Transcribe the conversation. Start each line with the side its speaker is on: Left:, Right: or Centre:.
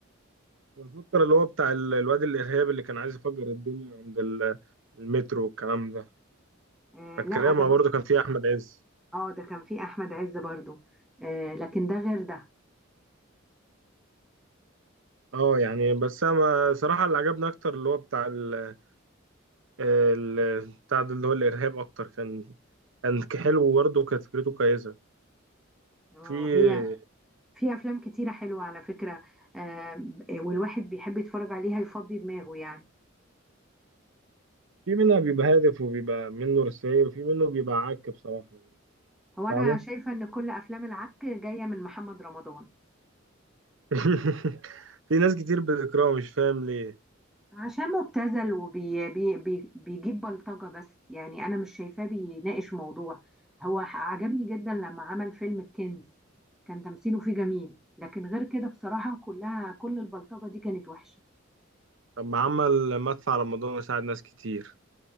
Right: بفكر اللي هو بتاع ال- الواد الإرهابي اللي كان عايز يفجر الدنيا عند ال- المترو والكلام ده
Centre: آه
Right: فاكرها
Centre: لا ده
Right: ما
Centre: بقى
Right: برضه كان فيه أحمد عز
Centre: اه ده كان فيه احمد عز برضو آه لكن ده غير ده
Right: اه يعني بس أنا صراحة اللي عجبني أكتر اللي هو بتاع ال ال- بتاع ده اللي هو الإرهاب أكتر كان كان حلو وبرضه كانت فكرته كويسة
Centre: اه
Right: في
Centre: هي في افلام كتيره حلوه على فكره آه والواحد بيحب يتفرج عليها يفضي دماغه يعني
Right: في منها بيبقى هادف وبيبقى منه رسائل وفي منه بيبقى عك بصراحة يعني
Centre: هو انا
Right: فاهمة؟
Centre: شايفه ان كل افلام العك جايه من محمد رمضان
Right: <laughs> في ناس كتير بتكرهه مش فاهم ليه
Centre: عشان مبتذل وبيجيب وبي بي بي بيجيب بلطجه بس يعني انا مش شايفاه بيناقش موضوع هو ح- عجبني جدا لما عمل فيلم الكنز كان تمثيله فيه جميل لكن غير كده بصراحه كلها كل البلطجه دي كانت وحشه
Right: طب ما عمل مدفع على رمضان وساعد ناس كتير